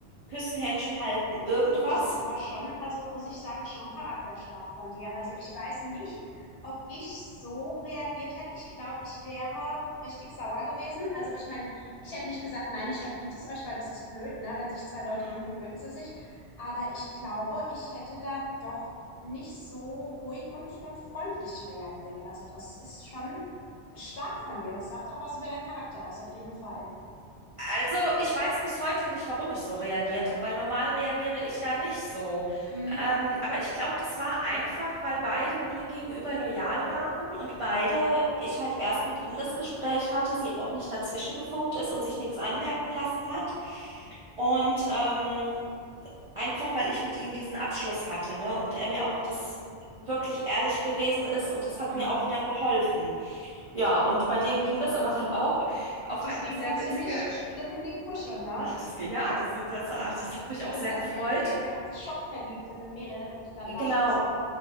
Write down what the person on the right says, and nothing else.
küssen, Händchen halten, irgendwas.
Hm.
Also, ich weiß bis heute nicht, warum ich so reagiert habe, weil normal reagiere ich da nicht so.
Ähm, aber ich glaube, das war einfach, weil beide mir gegenüber loyal waren und beide, ich halt erst mit ihm das Gespräch hatte, sie auch nicht dazwischen
gefunkt ist und sich nichts anmerken lassen hat. Und ähm, einfach, weil ich mit ihm diesen Abschluss hatte, ne? Und er mir auch das wirklich ehrlich gewesen ist und das hat
mir auch dann geholfen. Ja, und bei denen ging das aber dann auch auf
eine
sehr
witzige
hat es ge- ja, das, ist- das, ah,
das hat mich
auch sehr
gefreut.
Genau,